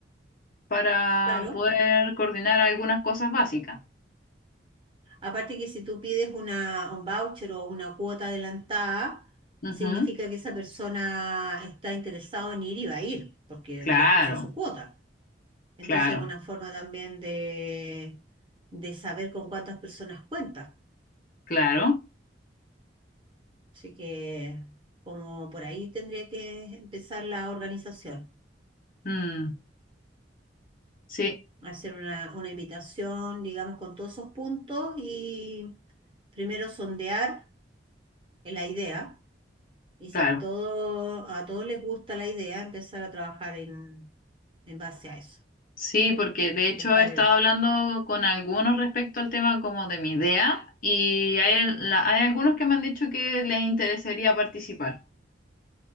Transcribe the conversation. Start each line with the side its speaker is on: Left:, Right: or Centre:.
Left: para
Right: claro.
Left: poder coordinar algunas cosas básicas.
Right: Aparte que si tú pides una, un voucher o una cuota adelantada,
Left: Ujú.
Right: significa que esa persona está interesado en ir y va a ir, porque
Left: Claro,
Right: ya puso su cuota. Entonces
Left: claro,
Right: es una forma también de, de saber con cuántas personas cuenta.
Left: claro.
Right: Así que como por ahí tendría que empezar la organización.
Left: Mm, sí,
Right: hacer una, una invitación, digamos, con todos esos puntos y primero sondear la idea. Y
Left: claro.
Right: si todo, a todos les gusta la idea, empezar a trabajar en, en base a eso.
Left: Sí, porque de hecho
Right: Buscar
Left: he estado
Right: el...
Left: hablando con algunos respecto al tema como de mi idea y hay,
Right: ¿Mm?
Left: la- hay algunos que me han dicho que les interesaría participar.